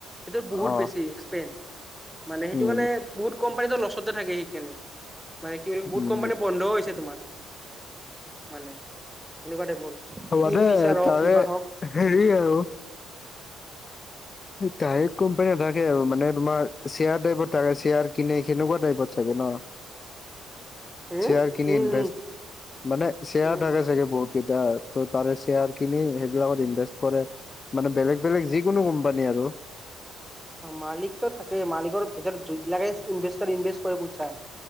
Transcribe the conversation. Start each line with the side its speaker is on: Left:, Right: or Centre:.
Centre: সেই বহুত
Left: অ
Centre: বেছি এক্সপেন, মানে সেইটো
Left: উম
Centre: কাৰণে বহুত কোম্পানী ত লছ তে থাকে সেই কেনে, মানে কি বুলি বহুত
Left: উম
Centre: কোম্পানী বন্ধও হৈছে তোমাৰ। মানে এনেকুৱা টাইপৰ। কিং
Left: মানে
Centre: ফিচাৰ হওক
Left: তাৰে
Centre: কিবা হওক
Left: হেৰি আৰু ডাইৰেক্ট কোম্পানী নাথাকে আৰু মানে তোমাৰ শ্বেয়াৰ টাইপত থাকে শ্বেয়াৰ। কিনে কেনেকুৱা টাইপত চাগে ন?
Centre: উম
Left: শ্বেয়াৰ কিনি
Centre: উম
Left: ইনভেষ্ট
Centre: উম
Left: মানে শ্বেয়াৰ
Centre: উম
Left: থাকে চাগে বহুত কেইটা আৰু। ত' তাৰে শ্বেয়াৰ কিনি সেইবিলাকত ইনভেষ্ট কৰে, মানে বেলেগ বেলেগ যিকোনো কোম্পানী আৰু।
Centre: মালিকতো থাকে মালিকৰ ভিতৰত যোন বিলাকে ইনভেষ্টাৰ ইনভেষ্ট কৰে পইচা